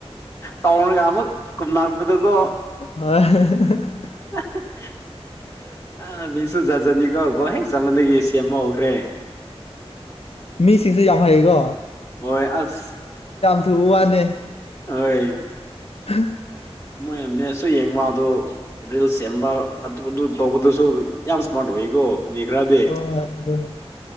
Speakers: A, on the left; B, on the left.
A: ꯇꯥꯎꯅꯒ ꯑꯃꯨꯛ ꯀꯨꯝꯂꯛꯄꯗꯨꯀꯣ
B: ꯍꯣꯏ
A: ꯑꯥ ꯍꯤ ꯍꯤ ꯑꯥ ꯃꯤꯁꯨ ꯖꯠ ꯖꯠꯅꯤ ꯀꯣ ꯒꯣꯜ ꯍꯦꯛ ꯆꯟꯕꯗꯒꯤ ꯁꯦꯝꯕ ꯍꯧꯈ꯭ꯔꯦ
B: ꯃꯤ ꯁꯤꯁꯦ ꯌꯥꯝ ꯍꯥꯏꯌꯦꯀꯣ
A: ꯍꯣꯏ ꯑꯁ
B: ꯇꯨ ꯋꯥꯅꯦ
A: ꯍꯣꯏ
B: <unintelligible>
A: ꯃꯣꯏꯅ ꯃꯦꯁꯁꯨ ꯌꯦꯡꯕ ꯑꯗꯣ ꯔꯤꯜꯁ ꯁꯦꯝꯕ ꯑꯗꯨ ꯑꯗꯨ ꯇꯧꯕꯗꯨꯁꯨ ꯌꯥꯝ ꯏꯁꯃꯥꯔꯠ ꯑꯣꯏꯌꯦꯀꯣ ꯃꯤ ꯈꯔꯗꯤ
B: ꯍꯣꯏ ꯍꯣꯏ ꯑꯗꯨꯅꯦ